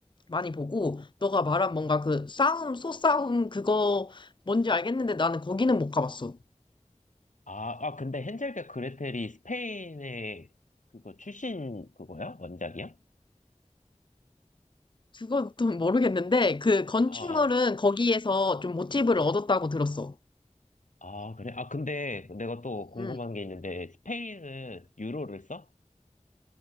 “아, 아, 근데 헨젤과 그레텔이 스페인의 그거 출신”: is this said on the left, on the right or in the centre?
Left